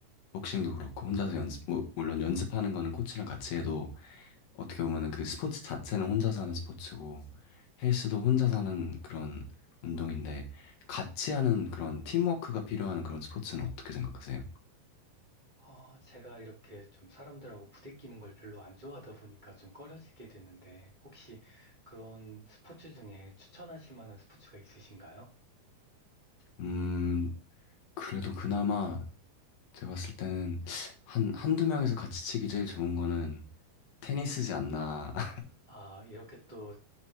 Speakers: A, on the left; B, on the right.
A: 복싱도 그렇고 혼자서 연습 뭐 물론 연습하는 거는 코치랑 같이 해도 어떻게 보면은 그 스포츠 자체는 혼자서 하는 스포츠고 헬스도 혼자서 하는 그런 운동인데 같이 하는 그런 팀워크가 필요한 그런 스포츠는 어떻게 생각하세요?
B: 어, 제가 이렇게 좀 사람들하고 부대끼는 걸 별로 안 좋아하다 보니까 좀 꺼려지게 되는데, 혹시 그런 스포츠 중에 추천하실 만한 스포츠가 있으신가요?
A: 음 그래도 그나마 제가 봤을 때는 한 한두 명에서 같이 치기 제일 좋은 거는 테니스지 않나라고
B: 아, 이렇게 또